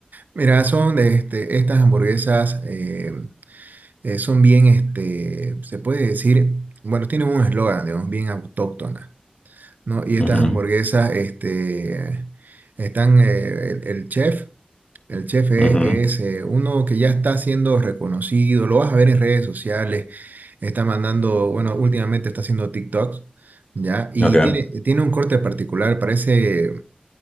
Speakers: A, on the right; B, on the left.
A: Mira, son de este, estas hamburguesas, eh, eh, son bien, este, se puede decir, bueno, tienen un eslogan, digamos, bien autóctona, ¿no? Y estas
B: Ujú,
A: hamburguesas, este, están, eh, el el chef. El chef es,
B: ujú,
A: es, eh, uno que ya está siendo reconocido, lo vas a ver en redes sociales, está mandando, bueno, últimamente está haciendo TikToks, ¿ya? Y
B: Ok.
A: tiene, tiene un corte particular, parece,